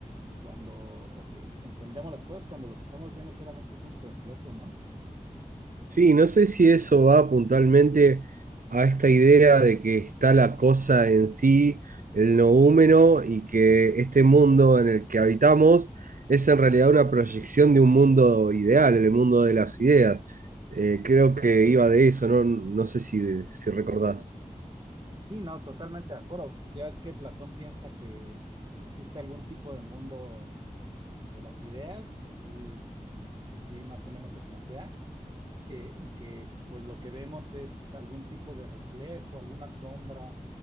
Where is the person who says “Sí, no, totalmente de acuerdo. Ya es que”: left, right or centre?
Right